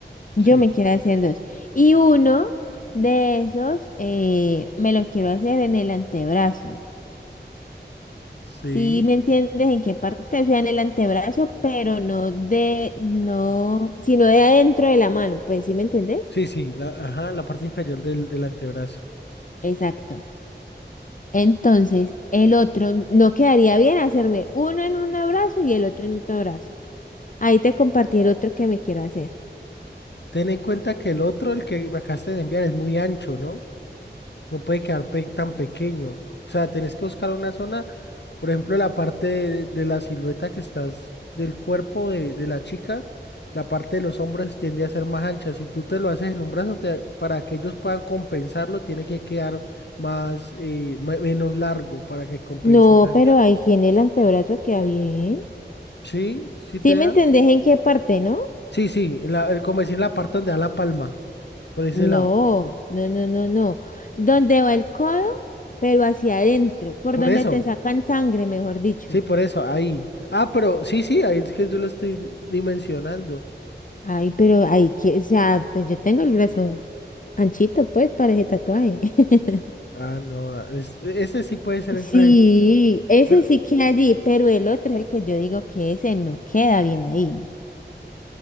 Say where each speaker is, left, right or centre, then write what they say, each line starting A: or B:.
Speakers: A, on the left (about 45°); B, on the left (about 70°).
A: Yo
B: Sí.
A: me quiero hacer dos. Y uno de esos eh, me lo quiero hacer en el antebrazo.
B: Sí,
A: Sí, ¿me entiendes en qué parte? O sea, en el antebrazo, pero no de, no, sino de adentro de la mano, pues, ¿sí me entendés?
B: sí, sí, la, ajá, la parte inferior del, del antebrazo.
A: Exacto. Entonces, el otro no quedaría bien hacerme uno en un abrazo y el otro en otro brazo. Ahí te compartí el otro que me quiero hacer.
B: Ten en cuenta que el otro, el que me acabaste de enviar, es muy ancho, ¿no? No puede quedar pe- tan pequeño. O sea, tenés que buscar una zona, por ejemplo, la parte de, de la silueta que estás del cuerpo de, de la chica, la parte de los hombros tiende a ser más ancha. Si tú te lo haces en un brazo, te- para que ellos puedan compensarlo, tiene que quedar más, eh, me- menos largo para que compense
A: No,
B: el ancho.
A: pero ahí en el antebrazo queda bien.
B: ¿Sí? ¿Sí te
A: ¿Sí me
B: da?
A: entendés en qué parte, no?
B: Sí, sí, en la, el, como decir, en la parte donde da la palma, por ese lado.
A: No, no, no, no, no. ¿Dónde va el codo? Pero hacia adentro, por
B: Por
A: donde
B: eso,
A: te sacan sangre, mejor dicho.
B: sí, por eso, ahí. Ah, pero sí, sí, ahí es que yo lo estoy di- dimensionando.
A: Ay, pero ahí, que- o sea, pues yo tengo el brazo anchito, pues, para ese tatuaje. <laughs>
B: Ah, no, ah, es- ese sí puede ser
A: Sí,
B: entonces,
A: ese
B: pero
A: sí queda allí, pero el otro es el que yo digo que ese no queda bien ahí,